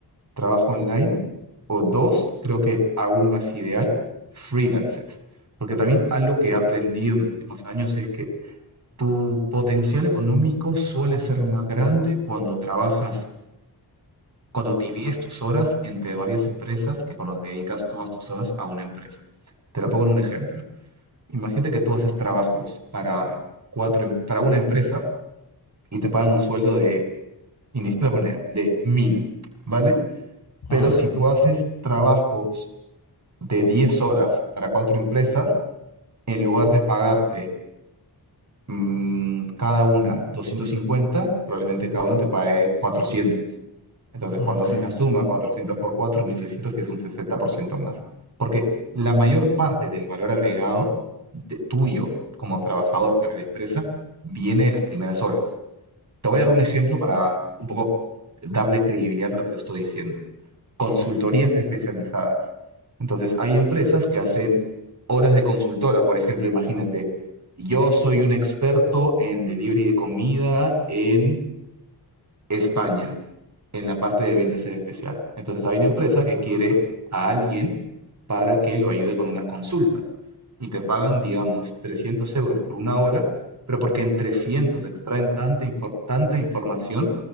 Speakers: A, on the right; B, on the left.
A: trabajo online o dos, creo que aún más ideal, freelances. Porque también algo que he aprendido en los últimos años es que tu potencial económico suele ser más grande cuando trabajas, cuando divides tus horas entre varias empresas que cuando dedicas todas tus horas a una empresa. Te lo pongo en un ejemplo. Imagínate que tú haces trabajos para cuatro, em- para una empresa y te pagan un sueldo de, indistinta moneda, de mil, ¿vale? Pero
B: Ajá,
A: si tú haces trabajos de 10 horas para cuatro empresas, en lugar de pagarte mm, cada una 250 probablemente cada una te pague cuatrocientos Entonces,
B: ok,
A: cuando haces la suma, 400 por 4 1600 es un 60% más. Porque la mayor parte del valor agregado de- tuyo como trabajador para la empresa viene de las primeras horas. Te voy a dar un ejemplo para un poco darle credibilidad a lo que te estoy diciendo. Consultorías
B: ok,
A: especializadas. Entonces, hay empresas que hacen horas de consultora. Por ejemplo, imagínate, yo soy un experto en delivery de comida en España, en la parte de ventas en especial. Entonces, hay una empresa que quiere a alguien para que lo ayude con unas consultas. Y te pagan, digamos, 300 euros por una hora, pero porque en 300 extraen tanta, infor- tanta información